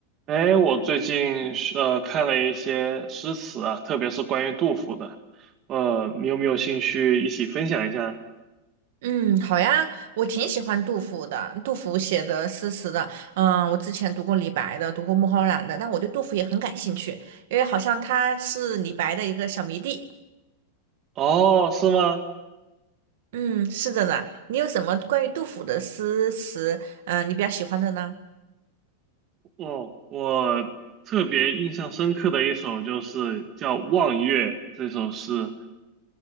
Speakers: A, on the right; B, on the right.
A: 哎，我最近是呃看了一些诗词啊，特别是关于杜甫的，呃，你有没有兴趣一起分享一下？
B: 嗯，好呀，我挺喜欢杜甫的，杜甫写的诗词的，嗯，我之前读过李白的，读过孟浩然的，但我对杜甫也很感兴趣，因为好像他是李白的一个小迷弟。
A: 哦，是吗？
B: 嗯，是的呢，你有什么关于杜甫的诗词，嗯，你比较喜欢的呢？
A: 哦，我特别印象深刻的一首就是叫《望月》这首诗，